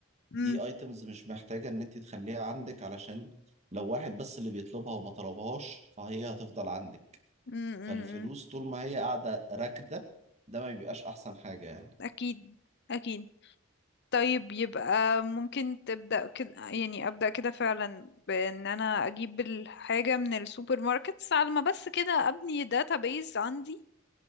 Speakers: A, on the left; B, on the right.
A: مم.
B: دي ايتمز مش محتاجة ان انت تخليها عندك علشان لو واحد بس اللي بيطلبها وما طلبهاش فهي هتفضل عندك
A: مم،
B: فالفلوس
A: مم، مم.
B: طول ما هي قاعدة راكدة ده ما بيبقاش احسن حاجة يعني
A: اكيد اكيد طيب يبقى ممكن تبدأ كده يعني أبدأ كده فعلا بأن أنا أجيب الحاجة من السوبر ماركتس على ما بس كده أبني بيز عندي